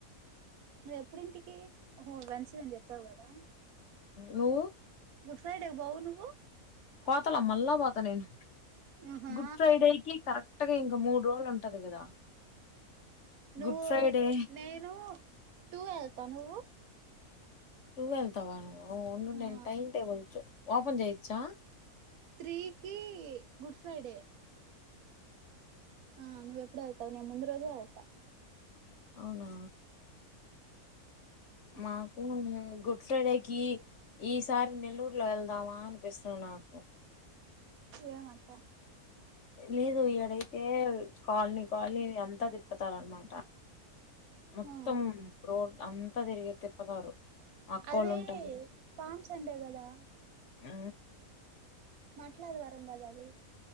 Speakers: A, on the right (about 75°); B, on the left (about 55°).
A: నువ్వెప్పుడింటికి ఒహో వెన్సివని చెప్పావు కదా
B: నుూ
A: గుడ్ ఫ్రైడే బౌను
B: పాతలా మళ్ళా పాత నేను
A: ఆహా
B: గుడ్ ఫ్రైడే కి కరెక్ట్ గా ఇంకా మూడు రోజులు ఉంట కదు కదా
A: నువ్వు
B: గుడ్ ఫ్రైడే
A: నేను టూ వెల్త నువ్వు
B: టుూ వెళ్తవ నువు ఓ ఉ
A: ఆ
B: టై టేబుల్ ఓపన్ చేయిచ్చా
A: త్రీకి గుడ్ ఫ్రైడే ఆ నువ్వ ఎప్పుడ ముందు రోజే వెళ్తా
B: అవునా మాకు గుడ్ ఫ్రైడేకి ఈసారి నెల్లూరులో వెళ్దామా అని విస్తు నాకు
A: ఏం అట్ట
B: లేదు ఈడ డైతే కాలనీ కాలనీ అంతా తిప్పతారు అనమాట మొత్తం
A: ఆ
B: రోడ్ అంతా తిరిగిే తిప్పతారు మక్కో
A: అదే
B: వాళ్ళు ఉంటారు
A: పామ్ సండే కదా
B: ఆ
A: మట్లాదు వరంగద అది అ